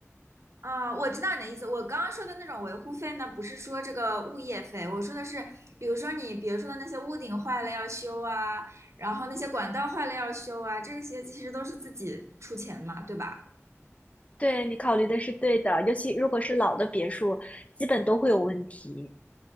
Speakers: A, on the right (about 65°); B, on the left (about 25°).
A: 啊，我知道你的意思。我刚刚说的那种维护费呢，不是说这个物业费，我说的是，比如说你别说的那些屋顶坏了要修啊，然后那些管道坏了要修啊，这些其实都是自己出钱嘛，对吧？
B: 对，你考虑的是对的，尤其如果是老的别墅，基本都会有问题。